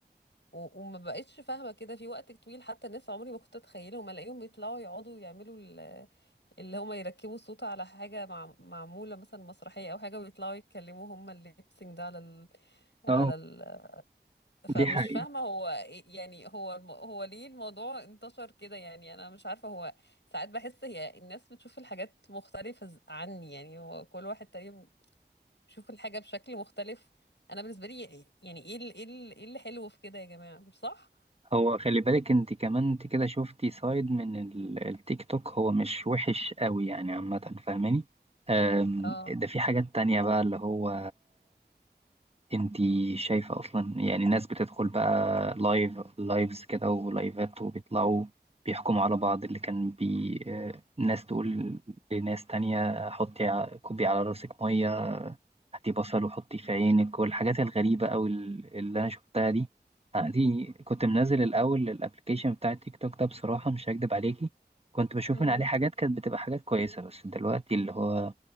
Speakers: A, on the left (about 85°); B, on the right (about 35°).
A: و... وما بقتش فاهمة كده في وقت طويل حتى ناس عمري ما كنت أتخيلهم ألاقيهم بيطلعوا يقعدوا يعملوا ال- اللي هما يركبوا الصوت على حاجة مع... معمولة مثلا مسرحية أو حاجة ويطلعوا يتكلموا هما الليبسينج ده على ال... على
B: اه
A: ال... فمش
B: دي حقيقة
A: فاهمة هو إيه- يعني هو الم... هو ليه الموضوع انتشر كده يعني أنا مش عارفة هو ساعات بحس هي الناس بتشوف الحاجات مختلفة ز- عني يعني هو كل واحد تقريبا بيشوف الحاجة بشكل مختلف أنا بالنسبة لي يعني إيه ال... إيه ال... إيه اللي حلو في كده يا جماعة مش صح؟
B: هو خلي بالك انت كمان انت كده شفتي سايد من ال- التيك توك هو مش وحش قوي يعني عامة فاهماني أم،
A: اه
B: ده في حاجات تانية بقى اللي هو انت شايفة اصلا يعني ناس بتدخل بقى لايف لايفز كده ولايفات وبيطلعوا بيحكموا على بعض اللي كان بي آه، ناس تقول لناس تانية حطي ع- كوبي على راسك مية هاتي بصل وحطي في عينك والحاجات الغريبة أو ال- اللي أنا شفتها دي أنا دي كنت منزل الأول الأبلكيشن بتاع التيك توك ده بصراحة مش هكدب عليكي كنت بشوف
A: امم
B: من عليه حاجات كانت بتبقى حاجات كويسة بس دلوقتي اللي هو